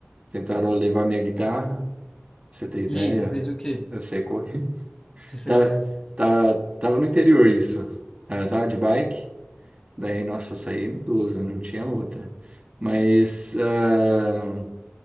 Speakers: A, on the right; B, on the left.
A: Tentaram levar minha guitarra, pra você ter ideia.
B: E aí, você fez o quê?
A: Eu sei correr. <laughs>
B: Você saiu,
A: Tá,
B: correndo?
A: tá, tava no interior isso. Ah, Eu tava de bike, daí, nossa, eu saí idoso, não tinha outra. Mas ah,